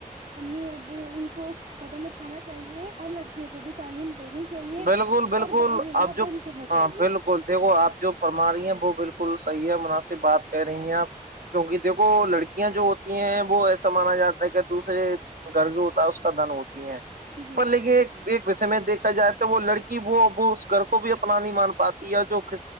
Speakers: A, on the right (about 60°); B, on the right (about 85°).
A: امی ابو ان کو قدم اٹھانا چاہیے اور لڑکیوں کو بھی تعلیم دینی چاہیے
B: بالکل بالکل
A: اور بال وواہ
B: آپ جو
A: بند کرنا
B: ہاں
A: چاہیے
B: بالکل دیکھو آپ جو فرما رہی ہیں وہ بالکل صحیح ہے مناسب بات کہہ رہی ہیں آپ کیونکہ دیکھو لڑکیاں جو ہوتی ہیں وہ ایسا مانا جاتا ہے کہ دوسرے گرج ہوتا ہے اس کا دن ہوتی ہے
A: جی
B: پر لیکے
A: جی
B: ایک ایک وسے میں دیکھا جائے وہ لڑکی وہ وہ اس گھر کو بھی اپنا نہیں مان پاتی ہے جو ک